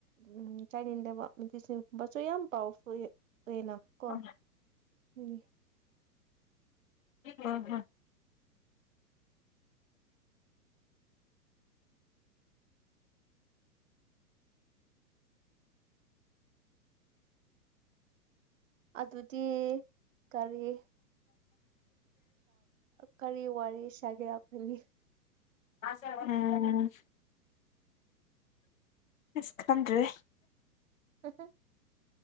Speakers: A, on the right; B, on the left.
A: ꯎꯝ ꯆꯥꯅꯤꯡꯗꯕ ꯃꯤꯇꯁꯤꯡꯒꯨꯝꯕꯁꯨ ꯌꯥꯝ ꯄꯥꯎ ꯐ ꯑꯣꯏꯅ ꯀꯣ
B: ꯎꯝ
A: ꯎꯝ
B: ꯎꯝ ꯎꯝ
A: ꯑꯗꯨꯗꯤ ꯀꯔꯤ ꯀꯔꯤ ꯋꯥꯔꯤ ꯁꯥꯒꯦꯅꯤ
B: ꯎꯝ ꯏꯁ ꯈꯟꯔꯤ
A: ꯍꯍ